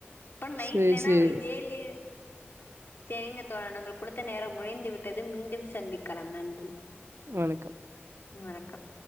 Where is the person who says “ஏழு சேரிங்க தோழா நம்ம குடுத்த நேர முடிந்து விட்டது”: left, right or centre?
Left